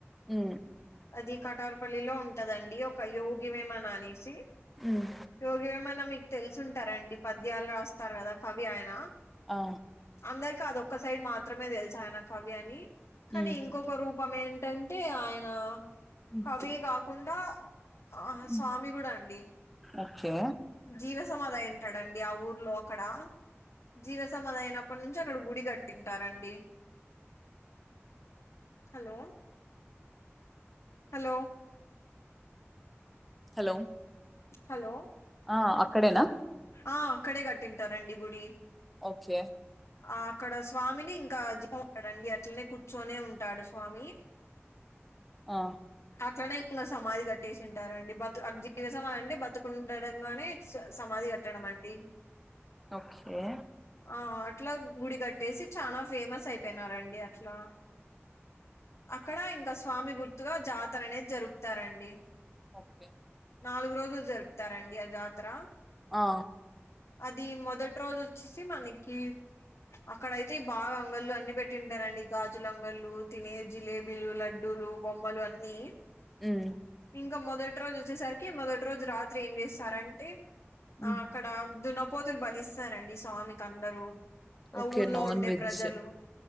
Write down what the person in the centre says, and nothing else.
ఊ
మ్మ్,
ఆ
మ్మ్,
మ్మ్,
మ్మ్.
ఓకే
హలో
ఆ అక్కడేనా
ఓకే
ఆ
ఓకే
ఓకే
ఆ
ఉమ్
ఉమ్
ఓకే
నాన్
వెజ్